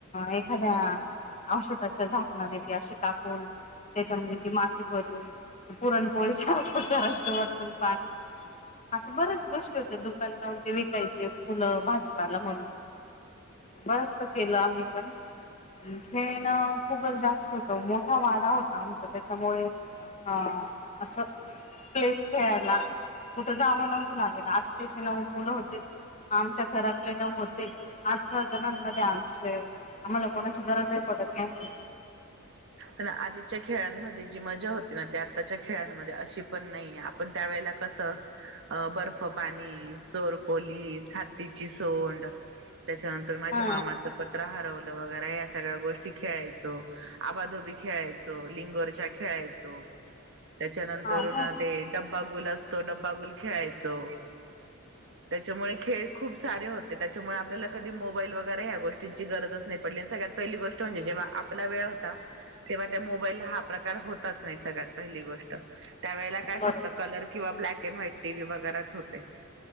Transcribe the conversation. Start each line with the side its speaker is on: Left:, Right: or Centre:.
Left: एखाद्या औषधाच्या झाकणाने अशी काप त्याच्या ती माती भरून पुरणपोळीचात करायचं वर्तन पाने असं बर्याच गोष्टी होत दुकान लाहून ते विकायचे फुलं भाजीपाला म्हणून बरच केलं आम्ही पण खेळणं खूपच जास्त होत मोठ मोठ वाडा होता आमचा त्याच्यामुळे अं असं प्लेस खेळायला कुठं जावं नव्हतं लागाला आत् त्याचे नऊ मुलं होते आमच्या घरातले नऊ होते अठरा जणांमध्ये आमचे आम्हाला कोणाची गरज आहे पडत नव्हती.
Right: प आधीच्या खेळांमध्ये जी मज्जा होती ना ते आत्ताच्या खेळांमध्ये अशी पण नाही आपण त्यावेेळेला कस अ बर्फ पाणी चोरपोलीस ती <unintelligible> ची सोंड त्याच्यानंतर माझ्या
Left: हा
Right: मामाचं पत्र हारवला दवाखाना या सगळ्या गोष्टी खेळायचो. आबा खेळायच लिंगरच्या खेळायच. त्याच्यानंतर
Left: हा मग
Right: ते डबा गुला डब्बागुल खेळायचो, त्याच्यामुळे खेळ खूप सारे होते त्याच्यामुळे आपल्याला कधी मोबाईल वगैरे ह्या गोष्टींची गरजच नाही पडली सगळ्यात पहिली गोष्ट म्हणजे जेव्हा आपला वेळ होता तेव्हा त्या मोबाईलला हा प्रकार होताच नाही सगळ्यात पहिली गोष्ट त्या ववेळेला काय
Left: बरोबर
Right: फक्त कलर किंवा ब्लॅक व्हाईट टी व्ही वगैरेच होते.